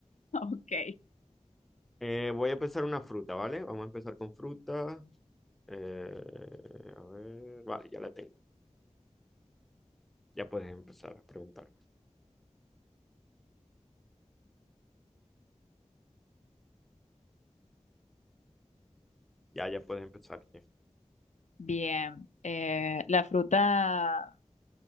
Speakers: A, on the left; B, in the centre.
A: Ok.
B: Eh, voy a empezar una fruta, ¿vale? Vamos a empezar con fruta. Eh, a ver. Vale, ya la tengo. Ya puedes empezar a preguntar. Ya, ya puedes empezar.
A: Bien. eh, la fruta